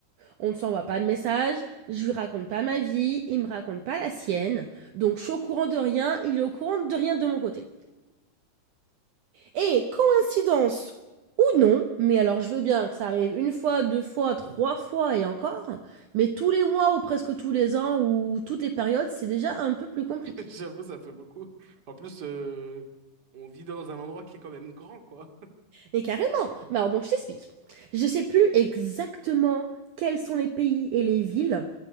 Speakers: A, on the right (about 65°); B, on the right (about 30°).
A: on ne s'envoie pas de messages, je lui raconte pas ma vie, il me raconte pas la sienne, donc je suis au courant de rien, il est au courant de rien de mon côté. Et coïncidence ou non, mais alors je veux bien que ça arrive une fois, deux fois, trois fois et encore, mais tous les mois ou presque tous les ans ou toutes les périodes, c'est déjà un peu plus compliqué.
B: <laughs> J'avoue, ça fait beaucoup. En plus, euh, on vit dans un endroit qui est quand même grand, quoi.
A: Mais carrément Mais alors donc je t'explique. Je sais plus exactement quels sont les pays et les villes,